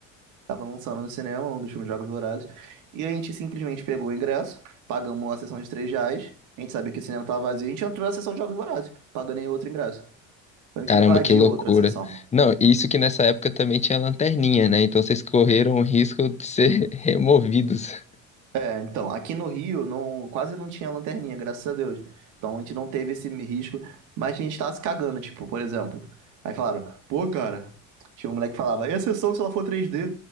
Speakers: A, on the right; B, on the left.
A: Tava lançando no cinema, um dos filmes Jogos Vorazes. E a gente simplesmente pegou o ingresso, pagamos a sessão de 3 reais. A gente sabia que o cinema tava vazio, a gente entrou na sessão de Jogos Vorazes, pagando em outro ingresso. Então, A gente
B: Caramba,
A: invadiu
B: que loucura.
A: outra sessão.
B: Não, isso que nessa época também tinha lanterninha, né? Então vocês correram o risco de ser <laughs> removidos.
A: É, então, aqui no Rio, não, quase não tinha lanterninha, graças a Deus. Então a gente não teve esse risco, mas a gente tava se cagando, tipo, por exemplo. Aí falaram, pô, cara, tinha um moleque que falava, e a sessão se ela for 3D?